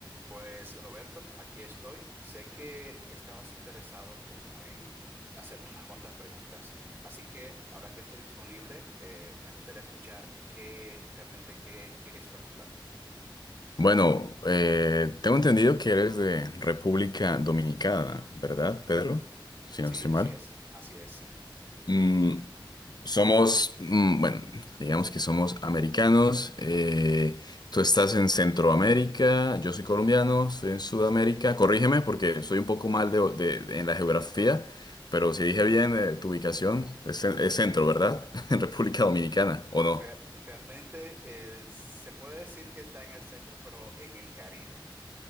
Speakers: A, on the right; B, on the left.
A: Pues Roberto, aquí estoy. Sé que estabas interesado como en hacerme unas cuantas preguntas, así que ahora que estoy disponible, eh, me gustaría escuchar qué realmente qué quieres preguntarme.
B: Bueno, eh, tengo entendido que eres de República Dominicana, ¿verdad, Pedro? Si no
A: Sí,
B: estoy
A: así
B: mal.
A: es, así es, sí.
B: Mm, somos, mm, bueno, digamos que somos americanos. eh, tú estás en Centroamérica, yo soy colombiano, estoy en Sudamérica. Corrígeme porque soy un poco mal de, de- de- en la geografía, pero si dije bien, eh, tu ubicación es, cen- es centro, ¿verdad? <laughs> En República Dominicana, ¿o no?
A: Re- realmente eh, se puede decir que está en el centro, pero en el Caribe.